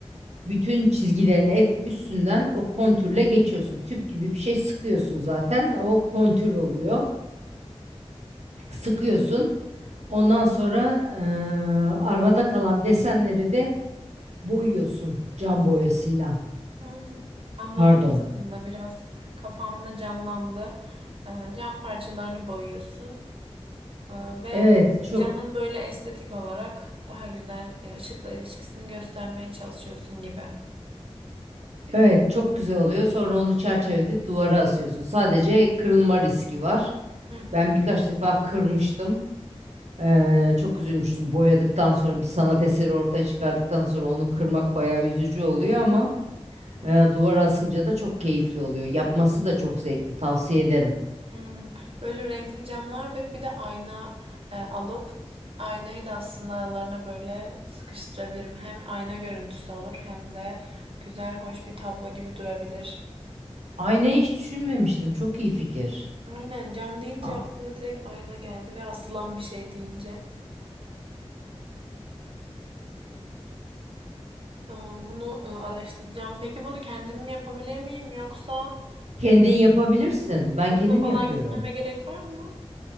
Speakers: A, on the right (about 80°); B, on the right (about 55°).
A: Bütün çizgilerin et- üstünden o kontürle geçiyorsun. Tüp gibi bir şey sıkıyorsun zaten. O kontür oluyor. Sıkıyorsun. Ondan sonra eee, arada kalan desenleri de boyuyorsun cam boyasıyla.
B: Hmm, Anladım
A: Pardon.
B: aslında biraz kafamda canlandı. Ee, cam parçalarını boyuyorsun ee, ve
A: Evet çok
B: camın böyle estetik olarak daha güzel e, ışıkla ilişkisini göstermeye çalışıyorsun gibi.
A: evet çok güzel oluyor. Sonra onu çerçeveletip duvara asıyorsun. Sadece kırılma riski var.
B: Hı hı.
A: Ben birkaç defa kırmıştım. Eee, çok üzülmüştüm. Boyadıktan sonra bir sanat eseri ortaya çıkardıktan sonra onu kırmak bayağı üzücü oluyor ama Ee, duvar asınca da çok keyifli oluyor. Yapması da çok zevkli. Tavsiye ederim.
B: Hmm. Böyle renkli camlar ve bir de ayna e, alıp aynayı da aslında aralarına böyle sıkıştırabilirim. Hem ayna görüntüsü olur hem de güzel hoş bir tablo gibi durabilir.
A: Ay ne hiç düşünmemiştim. Çok iyi fikir.
B: Aynen cam deyince
A: Aa,
B: aklıma direkt ayna geldi ve asılan bir şey deyince. Tamam bunu e, araştıracağım. Peki bunu kendim mi yapabilir miyim yoksa
A: kendin
B: e,
A: yapabilirsin. Ben
B: kursa
A: kendim
B: falan
A: yapıyorum.
B: gitmeme gerek var mı?